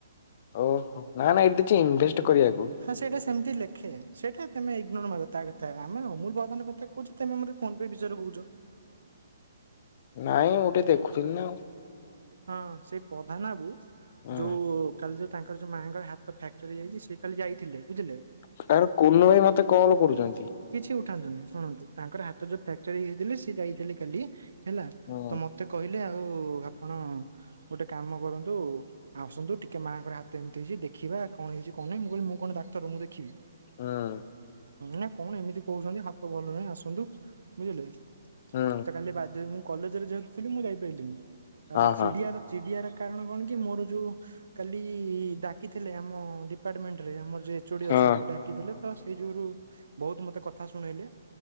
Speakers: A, on the left; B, on the right.
A: ଓହୋ ନା ନା ଏଇଠି କିଛି ଇନଭେଷ୍ଟ କରିବାକୁ।
B: ହଁ ସେଇଟା ସେମିତି ଲେଖେ ସେଇଟା ତମେ ଇଗ୍ନୋର ମାର ତା କଥା ଆମେ ଅମୁଲ ବାଦାନ କଥା କହୁଚୁ ତମେ ମତେ ଫୋନପେ ବିସରେ କହୁଚ।
A: ନାଇଁ ମୁଁ ଟିକେ ଦେଖୁଥିଲି ନା ଆଉ।
B: ହଁ ସେଇ ପଧାନ ବାବୁ
A: ଆଉ
B: ଯୋଉ କାଲି ଯୋଉ ତାଙ୍କର ଜଉ ମା ଙ୍କର ହାତ ଫ୍ୟାକ୍ଚର ଯାଇଚି ସେ କାଲି ଯାଇଥିଲେ ବୁଝିଲେ।
A: ହୁଁ ଆରେ କୁନୁ ଭାଇ ମତେ କଲ୍ କରୁଛନ୍ତି।
B: କିଛି ଉଠାନ୍ତୁନି ଶୁଣନ୍ତୁ ତାଙ୍କର ହାତ ଯୋଉ ଫ୍ୟାକ୍ଟରୀ ହେଇଥିଲେ ସିଏ ଯାଇଥିଲେ କାଲି ହେଲା
A: ହୁଁ
B: ତ ମତେ କହିଲେ ଆଉ ଆପଣ ଗୋଟେ କାମ କରନ୍ତୁ ଆସନ୍ତୁ ଟିକେ ମାଆଙ୍କର ହାତ ଏମିତି ହେଇଛି ଦେଖିବା କଣ ହେଇଛି କଣ ମୁଁ କହିଲି ମୁଁ କଣ ଦା ତର ମୁଁ ଦେଖିବି
A: ହଁ।
B: ନା କଣ ଏମିତି କହୁଛନ୍ତି ହାତ ଭଲ ନାହିଁ ଆସନ୍ତୁ ବୁଝିଲେ
A: ହୁଁ
B: ତ କାଲି ବାଧ୍ୟ ହେଇ ମୁଁ କଲେଜରେ ଯେହେତୁ ଥିଲି ମୁଁ ଯାଇପାରିଲିନି। ତାପରେ
A: ହଁ
B: ଚିଡିଆର
A: ହଁ
B: ଚିଡିଆର କାରଣ କଣ କି ମୋର ଯୋଉ କାଲି ଡାକିଥିଲେ ଆମ ଡିପାର୍ଟମେଣ୍ଟରେ ଆମର ଯୋଉ ଏଚୋଡି
A: ହଁ।
B: ଅଛନ୍ତି ଡାକିଥିଲେ ତ ସେଇ ଯୋଗୁରୁ ବହୁତ ମତେ କଥା ଶୁଣେଇଲେ।